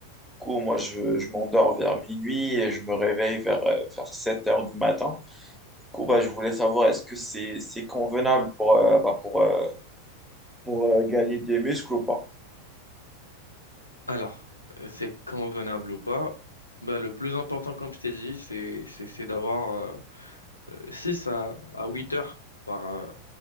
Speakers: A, in the centre; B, on the left.
A: Du coup, moi, je, je m'endors vers minuit et je me réveille vers, euh, vers 7 heures du matin. Du coup, bah, je voulais savoir, est-ce que c'est, c'est convenable pour, euh, bah, pour, euh, pour euh, gagner des muscles ou pas?
B: Alors, euh, c'est convenable ou pas? Bah, le plus important, comme je t'ai dit, c'est, c'est, c'est d'avoir euh, euh, 6 à, à 8 heures par, euh,